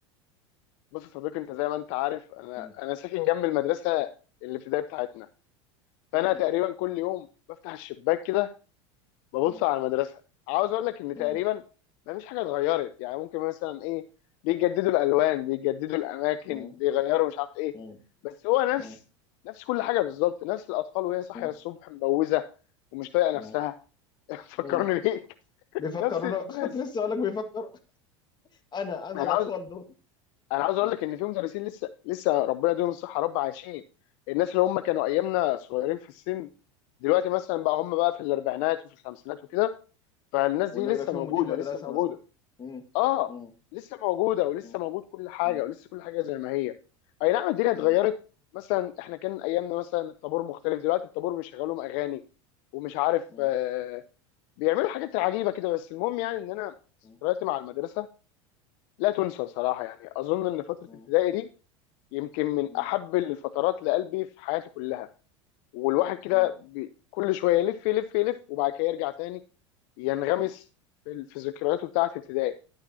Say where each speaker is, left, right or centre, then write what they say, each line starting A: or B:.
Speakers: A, on the left; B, on the left.
A: بص يا صديقي انت زي ما انت عارف انا
B: مم.
A: انا ساكن جنب المدرسه الابتدائيه بتاعتنا فانا
B: مم.
A: تقريبا كل يوم بفتح الشباك كده ببص
B: مم.
A: على المدرسه عاوز اقول لك ان
B: مم.
A: تقريبا ما فيش حاجه اتغيرت يعني ممكن مثلا ايه بيجددوا الالوان بيجددوا الاماكن
B: مم.
A: بيغيروا مش عارف ايه
B: مم.
A: بس هو نفس
B: اه
A: نفس كل حاجه بالظبط نفس الاطفال وهي صاحيه
B: اه
A: الصبح مبوزه ومش طايقه
B: اه
A: نفسها <laughs> فكرني
B: اه
A: بيك
B: بيفكرونا
A: نفس الناس
B: <laughs> كنت لسه اقول لك بيفكر انا انا
A: انا
B: الاطفال
A: عاوز
B: دول
A: انا عاوز اقول
B: م.
A: لك ان في مدرسين لسه لسه ربنا يديهم الصحه يا رب عايشين الناس اللي هم كانوا ايامنا صغيرين في السن دلوقتي مثلا بقى هم بقى في الاربعينات وفي الخمسينات وكده فالناس
B: ولا
A: دي لسه
B: يبقى فيهم
A: موجوده
B: مدير مدرسه
A: لسه موجوده
B: مثلا م.
A: اه
B: م.
A: لسه موجوده ولسه
B: م.
A: موجود كل حاجه
B: م.
A: ولسه كل حاجه زي ما هي اي نعم الدنيا اتغيرت
B: م.
A: مثلا احنا كان ايامنا مثلا الطابور مختلف دلوقتي الطابور بيشغلوا لهم اغاني ومش عارف
B: م.
A: آه بيعملوا حاجات عجيبه كده بس المهم يعني ان انا
B: م. م.
A: ذكرياتي مع المدرسه لا تنسى صراحه يعني اظن ان فتره
B: م.
A: ابتدائي دي يمكن من
B: م.
A: احب الفترات لقلبي في حياتي كلها والواحد كده
B: م.
A: بي- كل شويه يلف يلف يلف وبعد كده يرجع تاني ينغمس
B: م.
A: في ال- في ذكرياته بتاعه ابتدائي